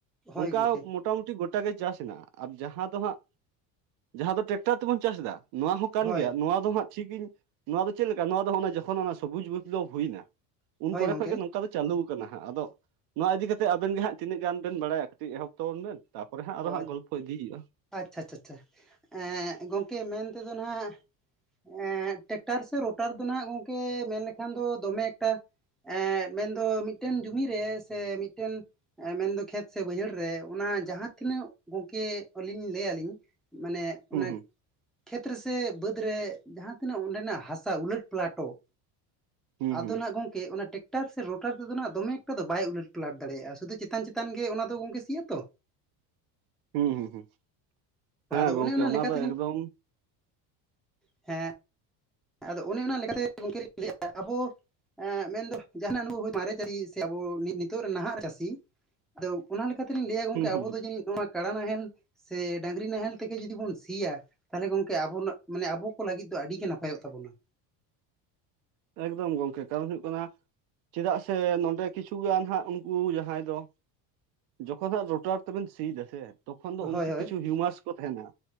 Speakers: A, in the centre; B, on the right.
A: ᱦᱳᱭ
B: ᱚᱱᱠᱟ
A: ᱜᱚᱝᱠᱮ
B: ᱢᱚᱴᱟᱢᱩᱴᱤ ᱜᱚᱴ ᱴᱟ ᱜᱮ ᱪᱟᱥ ᱦᱮᱱᱟᱜᱼᱟ, ᱟᱨ ᱡᱟᱦᱟᱸ ᱫᱚ ᱦᱟᱸᱜ ᱡᱟᱦᱟᱸ ᱫᱚ ᱴᱮᱠᱴᱟᱨ ᱛᱮᱵᱚᱱ ᱪᱟᱥ ᱫᱟ, ᱱᱚᱣᱟ ᱦᱚᱸ ᱠᱟᱱ
A: ᱦᱳᱭ
B: ᱜᱮᱭᱟ ᱱᱚᱣᱟ ᱫᱚ ᱦᱟᱸᱜ, ᱴᱷᱤᱠ ᱤᱧ ᱱᱚᱣᱟ ᱫᱚ ᱪᱮᱫᱞᱮᱠᱟ ᱱᱚᱣᱟ ᱫᱚ ᱡᱚᱠᱷᱚᱱ ᱚᱱᱟ ᱥᱚᱵᱩᱡ <unintelligible> ᱦᱩᱭᱱᱟ᱾ ᱩᱱ
A: ᱦᱳᱭ
B: ᱠᱚᱨᱮ
A: ᱜᱚᱝᱠᱮ
B: ᱠᱷᱚᱡ ᱜᱮ ᱱᱚᱝᱠᱟ ᱫᱚ ᱪᱟᱹᱞᱩ ᱟᱠᱟᱱᱟ ᱦᱟᱸᱜ ᱟᱫᱚ ᱱᱚᱣᱟ ᱤᱫᱤᱠᱟᱛᱮ ᱟᱵᱮᱱ ᱜᱮ ᱦᱟᱸᱜ ᱛᱤᱱᱟᱹᱜ ᱜᱟᱱ ᱵᱮᱱ ᱵᱟᱲᱟᱭᱟ ᱠᱟᱹᱴᱤᱡ ᱮᱦᱚᱵ ᱛᱟᱵᱚᱱ ᱵᱮᱱ᱾ ᱛᱟᱯᱚᱨᱮ ᱦᱟᱸᱜ ᱟᱫᱚ
A: ᱚ
B: ᱦᱟᱸᱜ ᱜᱚᱞᱯᱚ ᱤᱫᱤ ᱦᱩᱭᱩᱜᱼᱟ᱾
A: ᱟᱪᱪᱷᱟ, ᱪᱷᱟᱪᱟ, ᱮᱸᱜ ᱜᱚᱝᱠᱮ ᱢᱮᱱ ᱛᱮᱫᱚ ᱱᱟᱦᱟᱜ ᱮᱸ ᱴᱮᱠᱴᱟᱨ ᱥᱮ ᱨᱳᱴᱟᱨ ᱫᱚ ᱱᱟᱦᱟᱜ ᱜᱚᱝᱠᱮ ᱢᱮᱱ ᱞᱮᱠᱷᱟᱱ ᱫᱚ ᱫᱚᱢᱮ ᱮᱠᱴᱟ, ᱮᱸᱜ ᱢᱮᱱᱫᱚ ᱢᱤᱫᱴᱮᱱ ᱡᱚᱢᱤ ᱨᱮ ᱥᱮ ᱢᱤᱫᱴᱮᱱ ᱢᱮᱱᱫᱚ ᱠᱷᱮᱛ ᱥᱮ ᱵᱟᱹᱭᱦᱟᱹᱲ ᱨᱮ ᱚᱱᱟ ᱡᱟᱦᱟᱸ ᱛᱤᱱᱟᱹᱜ ᱜᱚᱝᱠᱮ ᱟᱹᱞᱤᱧ ᱞᱟᱹᱭ ᱟᱹᱞᱤᱧ ᱢᱟᱱᱮ
B: ᱦᱩᱸ
A: ᱚᱱᱟ,
B: ᱦᱩᱸ
A: ᱠᱷᱮᱛ ᱨᱮᱥᱮ ᱵᱟᱹᱫᱽ ᱨᱮ ᱡᱟᱦᱟᱸ ᱛᱤᱱᱟᱹᱜ ᱚᱸᱰᱮᱱᱟᱜ ᱦᱟᱥᱟ ᱩᱞᱟᱹᱴ ᱯᱞᱟᱴᱚᱜ,
B: ᱦᱩᱸ
A: ᱟᱫᱚ
B: ᱦᱩᱸ
A: ᱱᱟᱦᱟᱜ ᱜᱚᱝᱠᱮ ᱚᱱᱟ ᱴᱮᱠ ᱴᱟᱨ ᱥᱮ ᱨᱳᱴᱟᱨ ᱛᱮᱫᱚ ᱱᱟᱦᱟᱜ ᱫᱚᱢ ᱮᱠᱴᱟ ᱫᱚ ᱵᱟᱭ ᱩᱞᱟᱹᱨᱴ ᱯᱞᱟᱴ ᱫᱟᱲᱮᱭᱟᱜᱼᱟ ᱾ᱥᱩᱫᱩ ᱪᱮᱛᱟᱱ ᱪᱮᱛᱟᱱ ᱜᱮ ᱚᱱᱟ ᱫᱚ ᱜᱚᱝᱠᱮ ᱥᱤᱜ ᱟᱛᱚ,
B: ᱦᱩᱸ ᱦᱩᱸ ᱦᱩᱸ ᱦᱮᱸ
A: ᱟᱫᱚ
B: ᱜᱚᱝᱠᱮ
A: ᱚᱱᱮ
B: ᱚᱱᱟ
A: ᱞᱮᱠᱟ
B: ᱫᱚ ᱮᱠᱫᱚᱢ
A: ᱦᱮᱸ ᱟᱫᱚ ᱚᱱᱮ ᱚᱱᱟ ᱞᱮᱠᱟᱛᱮ ᱜᱚᱝᱠᱮᱧ ᱞᱟᱹᱭᱮᱜ ᱼᱟ ᱟᱵᱚ ᱮᱸᱜ ᱢᱮᱱᱫᱚ ᱡᱟᱦᱱᱟᱜ ᱱᱩᱠᱩ ᱦᱚᱸ ᱢᱟᱨᱮ ᱪᱟᱹᱥᱤ ᱥᱮ ᱟᱵᱚ ᱱᱤᱛᱚᱜ ᱨᱮᱱ ᱱᱟᱦᱟᱜ ᱪᱟᱥᱤ ᱟᱫᱚ ᱚᱱᱟ ᱞᱮᱠᱟᱛᱮᱞᱤᱧ ᱞᱟᱹᱭᱟ ᱜᱚᱝᱠᱮ
B: ᱦᱩᱸ
A: ᱟᱵᱚ
B: ᱦᱩᱸ
A: ᱫᱚ ᱡᱟᱹᱱᱤᱡ ᱱᱚᱣᱟ ᱠᱟᱬᱟ ᱱᱟᱦᱮᱞ, ᱥᱮ ᱰᱟᱝᱨᱤ ᱱᱟᱦᱮᱞ ᱛᱮᱜᱮ ᱡᱩᱫᱤ ᱵᱚᱱ ᱥᱤᱭᱟ ᱛᱟᱦᱚᱞᱮ ᱜᱚᱝᱠᱮ ᱟᱵᱚ ᱢᱟᱱᱮ ᱟᱵᱚ ᱠᱚ ᱞᱟᱹᱜᱤᱫ ᱫᱚ ᱟᱹᱰᱤᱜᱮ ᱱᱟᱯ, ᱦᱚᱭᱚᱜ ᱛᱟᱵᱚᱱᱟ᱾
B: ᱮᱠᱫᱚᱢ ᱜᱚᱝᱠᱮ ᱠᱟᱨᱚᱱ ᱦᱩᱭᱩᱜ ᱠᱟᱱᱟ, ᱪᱮᱫᱟᱜ ᱥᱮ, ᱱᱚᱰᱮ ᱠᱤᱪᱷᱩᱜᱟᱱ ᱦᱟᱸᱜ ᱩᱱᱠᱩ ᱡᱟᱦᱟᱸᱭ ᱫᱚ, ᱡᱚᱠᱷᱚᱱ ᱦᱟᱸᱜ ᱨᱚᱣᱴᱟᱨ ᱛᱮᱵᱮᱱ ᱥᱤᱭ ᱮᱫᱟ ᱥᱮ, ᱛᱚᱠᱷᱚᱱ ᱫᱚ
A: ᱦᱳᱭ
B: ᱩᱱᱠᱩ
A: ᱦᱳᱭ
B: ᱠᱤᱪᱷᱩ ᱦᱤᱭᱩᱢᱟᱥ ᱠᱚ ᱛᱟᱦᱮᱱᱟ